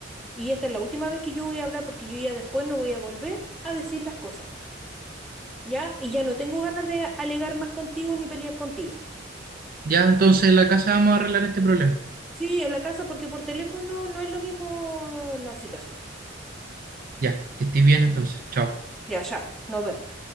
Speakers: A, in the centre; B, on the right.
A: Y esta es la última vez que yo voy a hablar porque yo ya después no voy a volver a decir las cosas, ¿ya? Y ya no tengo ganas de alegar más contigo ni pelear contigo.
B: Ya, entonces en la casa vamos a arreglar este problema.
A: Sí, en la casa porque por teléfono no es lo mismo la situación.
B: Ya, que estés bien entonces. Chao.
A: Ya, chao, nos vemos.